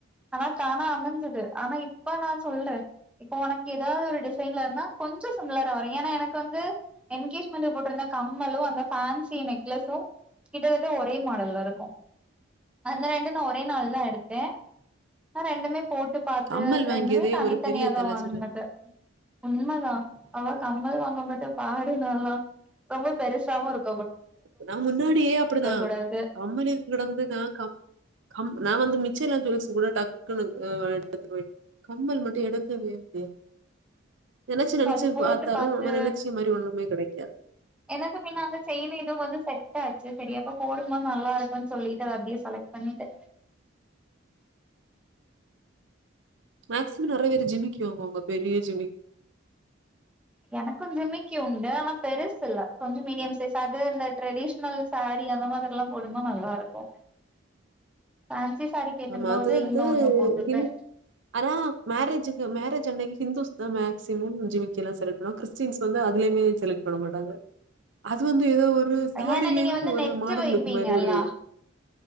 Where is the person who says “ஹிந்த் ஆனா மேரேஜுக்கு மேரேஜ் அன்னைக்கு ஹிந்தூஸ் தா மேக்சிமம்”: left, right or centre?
Right